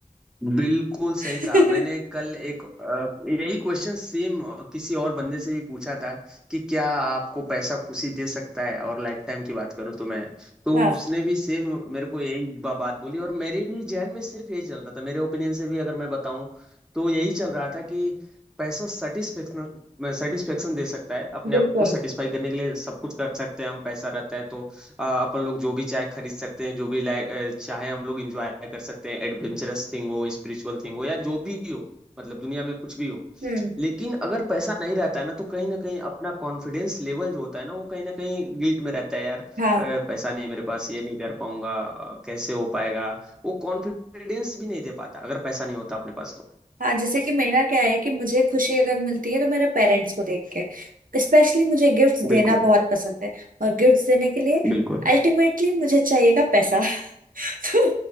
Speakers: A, in the centre; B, on the right.
A: बिल्कुल सही
B: <laughs>
A: कहा मैंने कल एक अ, यही क्वेश्चन सेम किसी और बंदे से भी पूछा था कि क्या आपको पैसा खुशी दे सकता है और लाइफ टाइम की बात करूं तो मैं तो
B: हाँ
A: उसने भी सेम मेरे को यही बा, बात बोली और मेरे भी जहन में सिर्फ यही चल रहा था मेरे ओपिनियन से भी अगर मैं बताऊं तो यही चल रहा था कि पैसा सेटिस्फेक्शन सेटिस्फेक्शन दे सकता है अपने
B: बिल्कुल
A: आप को सेटिस्फाई करने के लिए सब कुछ कर सकते हैं हम पैसा रहता है तो आ, अपन लोग जो भी चाहे खरीद सकते हैं जो भी लाइक अ, चाहे हम लोग इंजॉय कर सकते हैं एडवेंचरस थिंग हो स्पिरिचुअल थिंग हो या जो भी हो मतलब दुनिया में कुछ भी हो
B: हम्म
A: लेकिन अगर पैसा नहीं रहता है ना तो कहीं ना कहीं अपना कॉन्फिडेंस लेवल जो होता है ना वो कहीं ना कहीं गिल्ट में रहता है यार अ,
B: हाँ
A: पैसा नहीं है मेरे पास ये नहीं कर पाऊंगा अ, कैसे हो पाएगा वो कॉन्फिडेंस भी नहीं दे पाता अगर पैसा नहीं होता अपने पास तो
B: हाँ जैसे कि मेरा क्या है कि मुझे खुशी अगर मिलती है तो मेरे पेरेंट्स को देख के स्पेशली मुझे गिफ्ट्स देना
A: बिल्कुल
B: बहुत पसंद है और गिफ्ट्स देने के लिए
A: बिल्कुल
B: अल्टीमेटली मुझे चाहिएगा पैसा <laughs> तो